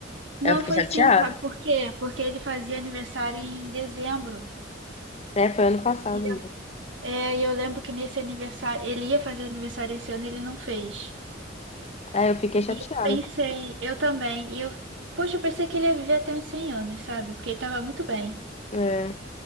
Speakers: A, on the right; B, on the left.
A: Não,
B: Aí Eu fiquei
A: foi
B: chateada.
A: sim, sabe por quê? Porque ele fazia aniversário em dezembro.
B: É, foi ano passado
A: E
B: mesmo.
A: eu- É, e eu lembro que nesse aniversário, ele ia fazer aniversário esse ano, e ele não fez.
B: Aí eu fiquei chateada.
A: E eu pensei, eu também, e eu, poxa, eu pensei que ele ia viver até uns 100 anos, sabe? Porque ele tava muito bem.
B: É.